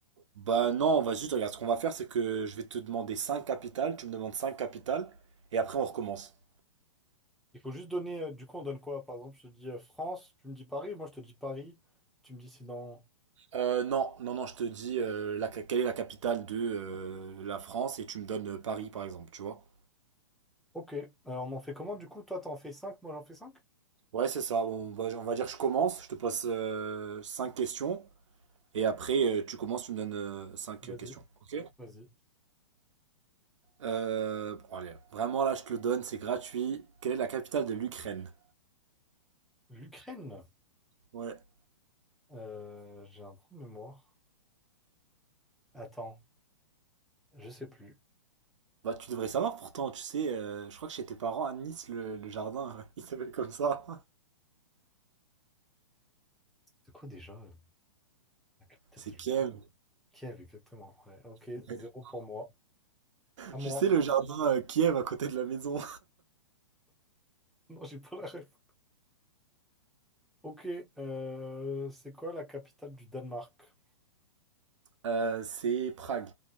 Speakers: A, on the right; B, in the centre.
A: bah non, vas-y, tu regardes, ce qu'on va faire, c'est que je vais te demander 5 capitales, tu me demandes 5 capitales, et après on recommence.
B: Il faut juste donner, euh, du coup on donne quoi? Par exemple, je te dis euh, France, tu me dis Paris, moi je te dis Paris, tu me dis c'est dans...
A: Euh, non, non, non, je te dis euh, la- quelle est la capitale de euh, la France et tu me donnes euh, Paris par exemple, tu vois.
B: Ok, Euh, on en fait comment du coup? Toi t'en fais cinq. moi j'en fais cinq.
A: Ouais, c'est ça. Bon, on va, on va dire je commence. Je te pose euh, 5 questions. Et après, euh, tu commences, tu me donnes 5
B: Vas-y,
A: questions. Ok?
B: vas-y.
A: Euh, bon, allez, vraiment là, je te le donne, c'est gratuit. Quelle est la capitale de l'Ukraine?
B: L'Ukraine,
A: Ouais.
B: Euh, j'ai un trou de mémoire. Attends, je sais plus.
A: Bah, tu devrais savoir pourtant, tu sais, euh, je crois que chez tes parents à Nice, le, le jardin, <laughs> il s'appelle comme ça.
B: C'est quoi déjà euh, la capitale
A: C'est
B: de l'Ukraine?
A: Kiev.
B: Kiev, exactement. Ouais, ok,
A: <laughs>
B: zéro pour moi. À moi.
A: Tu sais, le jardin euh, Kiev à côté de la maison.
B: Non, j'ai pas la ref. Ok, euh, c'est quoi la capitale du Danemark?
A: Euh, c'est Prague.